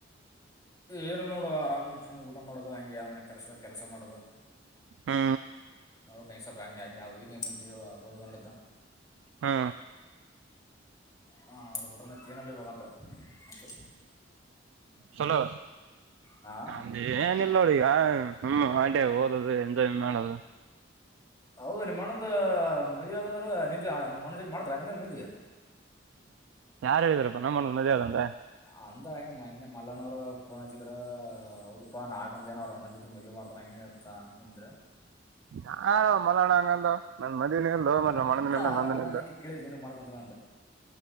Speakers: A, on the left; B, on the right.
A: ಏನಿಲ್ಲ ನೋಡ ಆರಾಮ ಸುಮ ಊಟ ಮಾಡುದು ಹಂಗೆನ್ ಕೆಲ್ಸಿದಾಗ ಕೆಲಸ ಮಾಡುದು
B: ಹಾ
A: ನೋಡೊಕಂಗೆ ಸ್ವಪ ಹಂಗೆ ಹಂಗೆ ಓದಕೆಂದ ಕುಂತವಿ ಓದದ ನಡ್ದ
B: ಹಾ
A: ಹಾ ಅದು ಬಿಟ್ರ ಮತ್ತ ಏನಲ್ಲಿ ಇವಾಗಂತರ ಅಷ್ಟೆ
B: ಚಲೋ
A: ಹಾ
B: ಅದ ಏನಿಲ್ಲೋಡ ಇಗ ಹ್ಮ್ ಅದೆ ಓದದು ಎಂಜಾಯ್ ಮಾಡದು
A: ಹೌದು ನಿಮಣಂದು ಮದವಿಯದಂದ್ರ ನಿಮ್ಮಣ್ಣ ಜೊತಿ ಮಾಡ್ತಾರ ನಿನಗ ಮದವಿ
B: ಯಾರ ಹೇಳಿದರಪ್ಪ ನಮ್ಮ ಅಣ್ಣಂದ ಮದವಿ ಆದಂತ
A: ಅಂದ ಹಂಗೆ ಮೊನ್ನೆ ಮಲ್ಲನವರು ಪೋನಚದ್ರಿ ಹೌದಪ್ಪಾ ನಾಗಂದೇನ ಅವ್ರು ಅಣ್ಣಂದ್ ಜೊತಿ ಮದುವಿ ಮಾಡ್ತಾರ ಹಂಗ ಹಿಂಗ ಅನಕುಂತಿದ್ರ
B: ಯಾವವ ಮಲಣ ಹಂಗಂದವ ನಂಬಲ್ಲಿ ಏನಿಲ್ಲೊ ಮಾರಾಯ
A: ಅಂತ
B: ನಮಣ್ಣಂದು ಇಲ್ಲ
A: ಅನ್ನೋದನ
B: ನಂದನ ಇಲ್ಲ
A: ಅದಕ್ಕೆ ಕೇಳಿದೆ ನಿನಗೆ ಮಾಡ್ಕೊಂತಾನ ಅಂತ